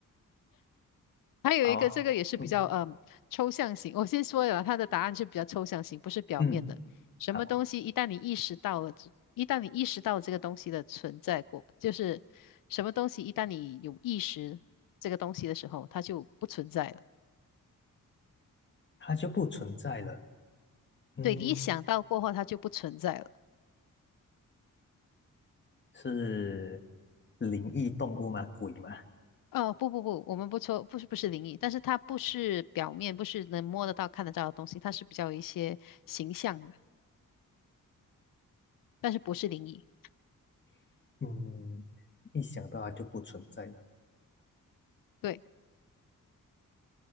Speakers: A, on the left; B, on the left.
A: 还有一个，
B: <laughs> 好，
A: 这个也是比较嗯抽象型。
B: 嗯
A: 我先说了，它的答案是比较抽象型，不是表面的。
B: 嗯，
A: 什么东西一旦你意识到了这，
B: 好，
A: 一旦你意识到这个东西的存在过，就是什么东西一旦你有意识这个东西的时候，它就不存在了。
B: 它就不存在了。嗯，
A: 对，你一想到过后，它就不存在了。
B: 是灵异动物吗？鬼吗？
A: 哦，不不不，我们不抽，不是不是灵异，但是它不是表面，不是能摸得到、看得到的东西，它是比较有一些形象的，但是不是灵异。
B: <laughs> 嗯，一想到它就不存在了。
A: 对。